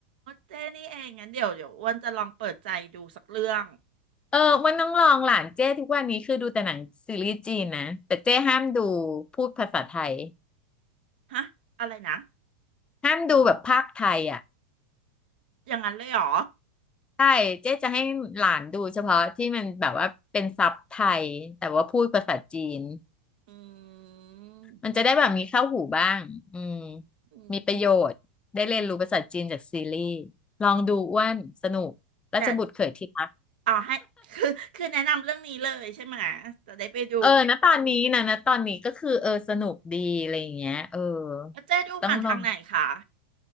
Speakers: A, on the right; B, on the left.
A: เจ๊นี่เองงั้นเดี๋ยวเดี๋ยวอ้วนจะลองเปิดใจดูสักเรื่อง
B: เออวันน้องลองหลานเจ้ทุกวันนี้คือดูแต่หนังซีรีส์จีนนะแต่เจ้ห้ามดูพูดภาษาไทย
A: ฮะอะไรนะ
B: ห้ามดูแบบภาคไทยอ่ะ
A: อย่างนั้นเลยเหรอ
B: ใช่เจ๊จะให้หลานดูเฉพาะที่มันแบบว่าเป็นซับไทยแต่ว่าพูดภาษาจีน
A: อืม
B: มันจะได้แบบมีเข้าหูบ้างอืม
A: อืมอืม
B: มีประโยชน์ได้เรียนรู้ภาษาจีนจากซีรีส์ลองดูอ้วนสนุกราชบุตรเขยที่รัก
A: เดี๋ยวเอาให้ คือคือแนะนำเรื่องนี้เลยใช่ไหมะจะได้ไปดู
B: เออนะตอนนี้นะนะตอนนี้ก็คือเออสนุกดีอะไรอย่างเงี้ยเออ
A: แล้วเจ๊ดูผ่านทางไหนคะ
B: ต้องลอง